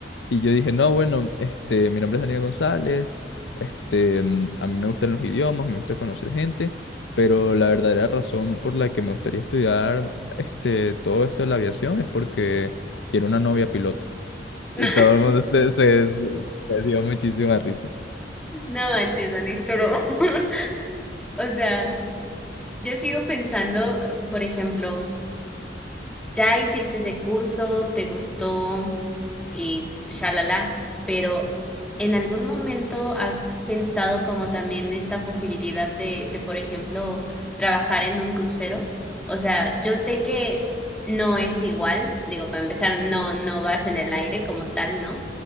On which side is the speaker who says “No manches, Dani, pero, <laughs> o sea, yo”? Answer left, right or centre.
Centre